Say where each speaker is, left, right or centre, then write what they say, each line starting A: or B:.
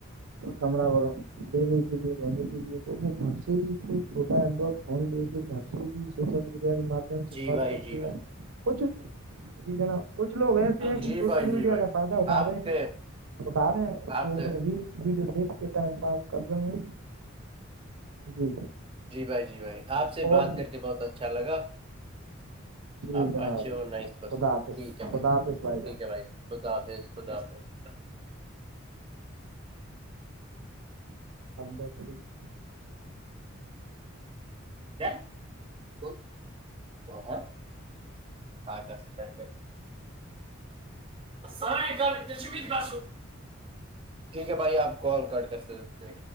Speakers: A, on the right; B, on the right.
A: کمرہہ لینے کے لیے رہنے کے لیے تو وہ گھر سے ہی کوئی چھوٹا اینڈرائڈ ف لےے ک سے بھی سوشل میڈیاار
B: جی
A: پڑھ
B: بھائی
A: سکتے
B: جی بھائی
A: ہیں کچھ جی جناب کچھ لوگ ایسے ہیں کہ
B: جی
A: سوشل
B: بھائی جی
A: میڈیا
B: بھائی
A: کا فائدہ اٹھا
B: آپ
A: رہے ہیں
B: کے
A: اٹھا رہے ہیں
B: آپ
A: وہ
B: سے
A: ویڈیو دیکھ کے ٹائم پاس کر رہے ہیں جی
B: جی بھائی جی بھائی آپ سے
A: اور
B: بات کر کے بہت اچھا لگا
A: جی
B: آپ
A: جناب
B: اچھے اور نائس پرسن
A: خدا حافظ
B: ٹھیک ہے بھائی
A: خدا حافظ
B: ٹھیک
A: جان
B: ہے بھائی خدا حافظ خدا حافظ
A: <inaudible>
B: <inaudible> <inaudible> ٹھیک ہے بھائی آپ کال کٹ کر سکتے ہو